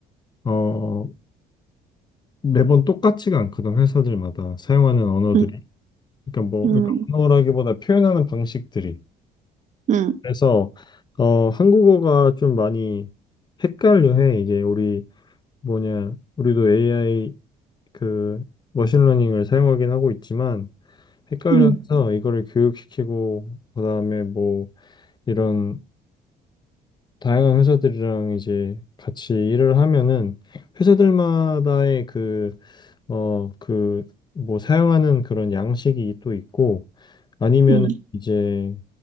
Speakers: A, on the left; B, on the right.
A: 어, 매번 똑같지가 않거든, 회사들마다 사용하는 언어들이.
B: 응,
A: 그러니까 뭐,
B: 응,
A: 그러니까 언어라기보다 표현하는 방식들이.
B: 응,
A: 그래서, 어, 한국어가 좀 많이 헷갈려해. 이게 우리 뭐냐, 우리도 AI 그 머신러닝을 사용하긴 하고 있지만 헷갈려서
B: 응,
A: 이거를 교육시키고 그다음에 뭐 이런 다양한 회사들이랑 이제 같이 일을 하면은 회사들마다의 그, 어, 그, 뭐 사용하는 그런 양식이 또 있고 아니면
B: 응,
A: 이제